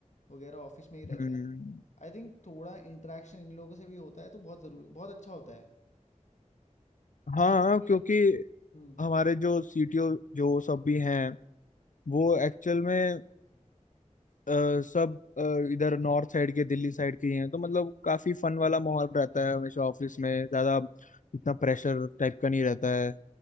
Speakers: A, on the left (about 65°); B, on the left (about 85°).
A: वगैरह ऑफिस में ही
B: हम्म
A: रहते हैं आई थिंक थोड़ा इंटरेक्शन इन लोगों से भी होता है तो बहुत ज़रूरी बहुत अच्छा होता है
B: हाँ
A: यहीं पे
B: क्योंकि
A: हम्म
B: हमारे जो सीटीओ जो सब भी हैं वो एक्चुअल में अ, सब अ, इधर नॉर्थ साइड के दिल्ली साइड के ही हैं तो मतलब काफी फन वाला माहौल रहता है हमेशा ऑफिस में ज्यादा इतना प्रेशर टाइप का नहीं रहता है